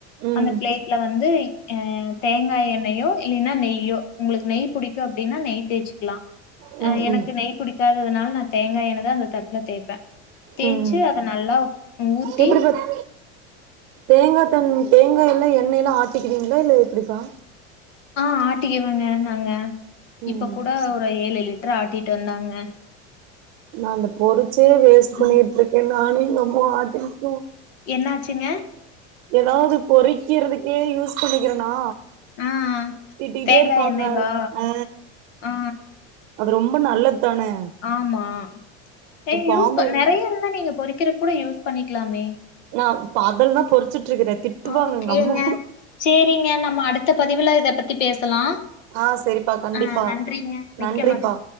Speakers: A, on the right; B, on the left.
A: ம்
B: அந்த பிளேட்ல வந்து அ தேங்காய் எண்ணெயோ இல்லன்னா நெய்யோ உங்களுக்கு நெய் பிடிக்கு அப்டின்னா நெய் தேய்சிக்கலா
A: ம்
B: அ எனக்கு
A: ம்
B: நெய் புடிக்காததுனால நா தேங்காய் எண்ணெய் தா அந்த தட்டுல தேய்ப்பே தேய்ச்சு
A: ம்
B: அது நல்லா ஊத்தி
A: எப்டி சொல் தேங்காய் தண்ணி தேங்காய் எல்லா எண்ணெய்ல ஆட்டிக்கிறீங்களா இல்ல எப்டிப்பா
B: ஆ ஆட்டிக்கவங்க நாங்க
A: ம்
B: இப்ப கூட ஒரு ஏழு லிட்டர் ஆட்டிட்டு வந்தாங்க
A: நா அந்த பொறிச்சே வேஸ்ட் பண்ணிட்டு
B: ம்.
A: இருக்கே நானு எங்க அம்மா ஆட்டலமாக்கு
B: என்ன ஆச்சுங்க
A: ஏதாவது பொறிக்கிறதுக்கே யூஸ் பண்ணிக்கிறேனா
B: ஆ
A: திட்டிட்டே
B: தேங்கா
A: இருப்பாங்க
B: எண்ணெய்வா
A: ஆ
B: ஆ
A: அது ரொம்ப நல்லது தானே
B: ஆமா யூஸ் வேற யூஸ்
A: பாமாயில்
B: பண் நெறைய இருந்தா நீங்க பொறிக்கிற கூட யூஸ் பண்ணிக்கலாமே
A: நா இப்ப அதுல தா பொறிச்சிட்டு இருக்கிறே திட்டுவாங்க
B: ஓகேங்க.
A: எங்க அம்மா
B: சேரிங்க நம்ம அடுத்த பதிவுல இத பத்தி பேசலா
A: ஆ செரிப்பா கண்டிப்பா
B: ஆ நன்றிங்க மிக்க
A: நன்றிப்பா
B: மகிழ்